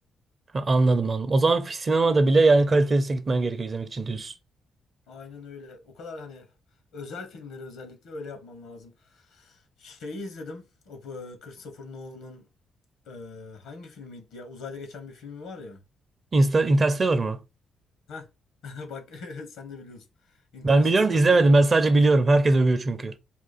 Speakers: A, on the right (about 45°); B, on the left (about 75°).
A: Ha, anladım anladım. O zaman sinemada bile yani kalitesine gitmen gerekiyor izlemek için diyorsun.
B: Aynen öyle. O kadar hani özel filmleri özellikle öyle yapman lazım. Şeyi izledim. O e, Christopher Nolan'ın e, hangi filmiydi ya? Uzayda geçen bir filmi var ya.
A: Insta Interstellar mı?
B: Heh. <laughs> Bak <laughs> sen de biliyorsun. Interstellar'ı
A: Ben biliyorum da izlemedim.
B: izledim.
A: Ben sadece biliyorum. Herkes övüyor çünkü.